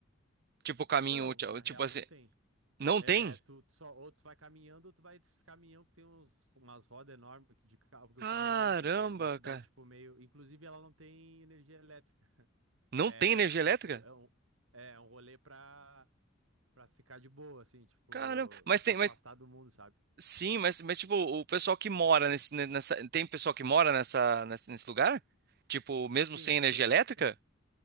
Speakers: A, on the right (about 50°); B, on the right (about 80°).
A: Tipo caminho,
B: Não,
A: ti-
B: na real,
A: tipo assim,
B: não tem.
A: não
B: É,
A: tem?
B: tu, tu só, ou tu vai caminhando, ou tu vai desses caminhão que tem uns, umas rodas enormes que de carro, porque
A: Caramba,
B: o carro não entra, assim. É uma cidade,
A: cara.
B: tipo, meio. Inclusive, ela não tem energia elétrica.
A: Não
B: É,
A: tem energia
B: assim,
A: elétrica?
B: é um, é um é um rolê pra, pra ficar de boa, assim, tipo,
A: Caramba, mas
B: se
A: tem,
B: afastar
A: mas
B: do mundo, sabe?
A: sim, mas mas tipo, o pessoal que mora nesse ne- nessa tem pessoal que mora nessa nesse, nesse lugar? Tipo, mesmo
B: Sim,
A: sem energia
B: tem.
A: elétrica?